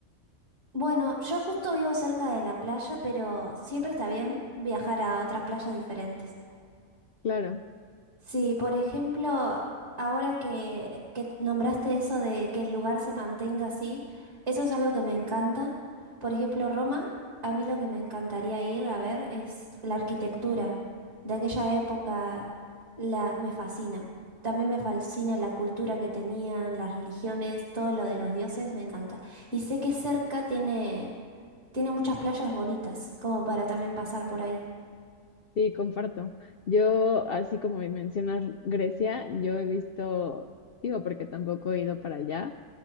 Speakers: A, on the right; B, on the left.
A: Bueno, yo justo vivo cerca de la playa, pero siempre está bien viajar a otras playas diferentes.
B: Claro,
A: Sí, por ejemplo, ahora que, que nombraste eso de que el lugar se mantenga así, eso es algo que me encanta. Por ejemplo, Roma, a mí lo que me encantaría ir a ver es la arquitectura de aquella época, la, me fascina. También me fascina la cultura que tenían, las religiones, todo lo de los dioses, me encanta. Y sé que cerca tiene, tiene muchas playas bonitas, como para también pasar por ahí.
B: sí, comparto. Yo, así como mencionas Grecia, yo he visto, digo, porque tampoco he ido para allá,